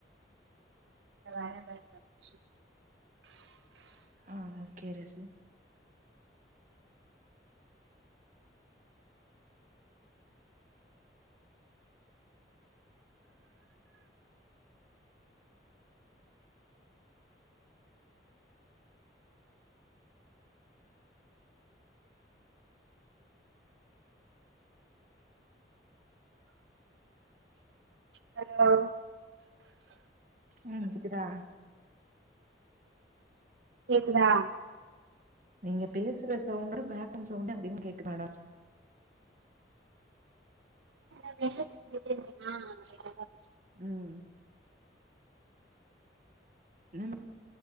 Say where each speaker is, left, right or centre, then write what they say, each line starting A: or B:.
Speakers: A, on the right (about 85°); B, on the right (about 45°).
A: வர <unintelligible>
B: ஆ ஓக்கே அரசி
A: ஹலோ
B: ம் க்குதா
A: கேக்குதா
B: நீங்க பேசுற சவுண்டு பேக் ரவுண் சவுண்டு அதிக கேக்கு மேடம்
A: இப்ப என்ன செஞ்சிட்டே இருக்கீங்க <unintelligible>
B: ம் என்ன